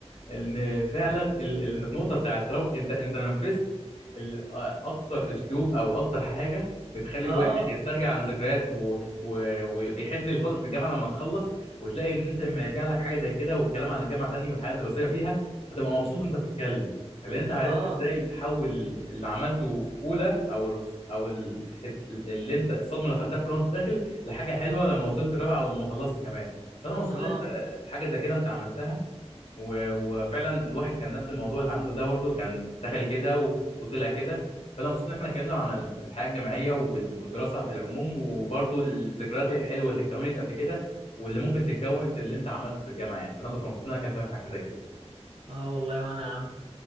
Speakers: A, on the left; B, on the right.
A: ان فعلا ال- ال- النقطه بتاعت رب انت انت نفذت ال- اكتر اسلوب او اكتر حاجه بتخلي
B: اه
A: الواحد يسترجع عن ذكريات و... و... ويحن لفتره الجامعه لما تخلص وتلاقي ان انت لما يرجع لك حاجه زي كده والكلام عن الجامعه تاني والحياه الدراسيه فيها هتبقى مبسوط وانت بتتكلم اللي انت عرفت
B: اه
A: ازاي تحول اللي عملته في اولى او الرس- او ال- اللي انت الصدمه اللي خدتها في اولى وانت داخل لحاجه حلوه لما وصلت الرابعه او لما خلصت كمان فانا مبسوط
B: اه
A: ان انت حاجه زي كده انت عملتها و- وفعلا الواحد كان نفس الموضوع الحمد لله برضه كان دخل كده و- وطلع كده فلما مبسوط إن احنا اتكلمنا عن ال- الحياه الجامعيه وال- والدراسه في العموم وبرضه الذكريات الحلوه اللي اتكونت قبل كده واللي ممكن تتكون في اللي انت عملته في الجامعه يعني فانا كنت مبسوط ان انا كنت في حاجه زي كده
B: اه والله وانا يا عم